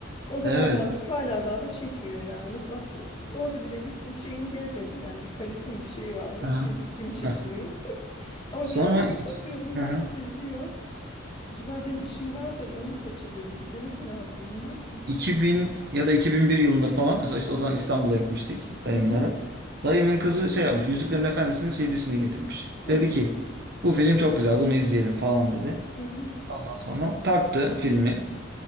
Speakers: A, on the left; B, on the right.
A: O zamandan
B: Evet.
A: beri hala daha da çekmiyor yani. Mesela bak o- orada bile gittim şeyini gezmedim yani bir kalesi mi bir şey varmış
B: Aha.
A: çünkü ilgimi çekmiyor.
B: Heh.
A: <laughs> Ama
B: Sonra
A: bir yandan
B: ik-
A: da bakıyordum
B: aha.
A: herkes izliyor. Acaba diyorum bir şey var da onu mu kaçırıyordum? İzlemek mi lazım bilmem ki.
B: 2000 ya da 2001 yılında falan mesela işte o zaman İstanbul'a gitmiştik dayımlara.
A: Hı hı.
B: Dayımın kızı şey yapmış Yüzüklerin Efendisi'nin CD'sini getirmiş.
A: Hı
B: Dedi ki bu film çok güzel bunu izleyelim falan dedi.
A: hı.
B: Ondan sonra taktı filmi